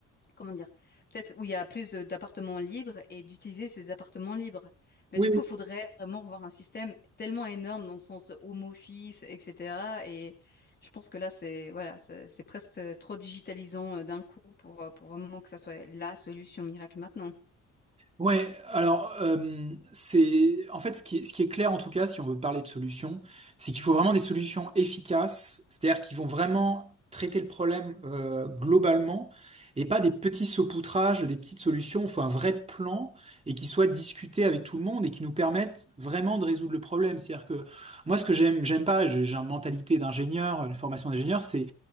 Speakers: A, on the left (about 35°); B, on the right (about 20°).
A: comment dire, peut-être où il y a plus de- d'appartements libres et d'utiliser ces appartements libres. Mais
B: oui,
A: du coup, il faudrait vraiment revoir un système tellement énorme dans le sens home office, etc. Et je pense que là, c'est voilà, c'est c'est presque trop digitalisant euh, d'un coup pour, euh, pour vraiment que ça soit la solution miracle maintenant.
B: Ouais, alors euh, c'est en fait ce qui est, ce qui est clair en tout cas si on veut parler de solutions, c'est qu'il faut vraiment des solutions efficaces, c'est-à-dire qui vont vraiment traiter le problème euh, globalement et pas des petits saupoutrages, des petites solutions. Il faut un vrai plan et qui soit discuté avec tout le monde et qui nous permette vraiment de résoudre le problème. C'est-à-dire que moi ce que j'aime j'aime pas, j'ai j'ai une mentalité d'ingénieur, une formation d'ingénieur, c'est